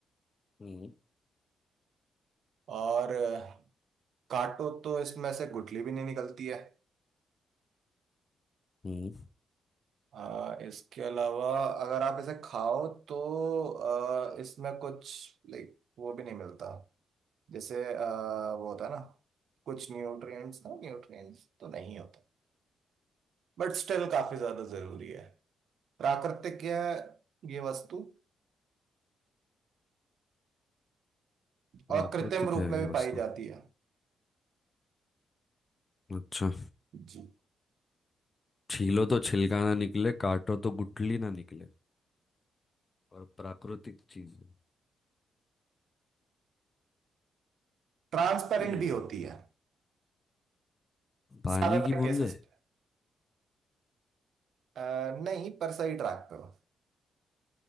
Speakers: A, on the left; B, on the right.
A: हम्म
B: और अ, काटो तो इसमें से गुठली भी नहीं निकलती है
A: हम्म।
B: अ, इसके अलावा अगर आप इसे खाओ तो अ, इसमें कुछ लाइक वो भी नहीं मिलता जैसे अ, वो होता है ना कुछ न्यूट्रिएंट्स ना न्यूट्रिएंट्स तो नहीं होता बट स्टिल काफी ज्यादा जरूरी है प्राकृतिक है ये वस्तु
A: प्राकृतिक
B: और कृत्रिम रूप
A: है
B: में
A: ये वस्तु
B: भी पाई जाती है
A: अच्छा
B: जी
A: छीलो तो छिलका ना निकले काटो तो गुठली ना निकले और प्राकृतिक चीज है।
B: ट्रांसपेरेंट
A: हम्म
B: भी होती है
A: पानी
B: ज्यादातर
A: की बूंदे
B: केसेस पे अ, नहीं पर सही ट्रैक पे हो